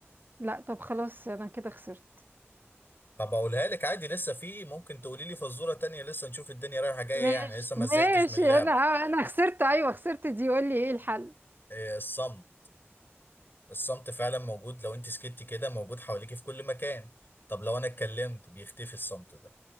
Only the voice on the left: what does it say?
طب اقولها لك عادي لسه في ممكن تقولي لي فزورة تانية لسه نشوف الدنيا رايحة جاية
يعني لسه ما
زهقتش من اللعب
إيه، الصمت الصمت فعلا موجود لو انت سكتي كده موجود حواليكي في كل مكان طب لو انا اتكلمت بيختفي الصمت ده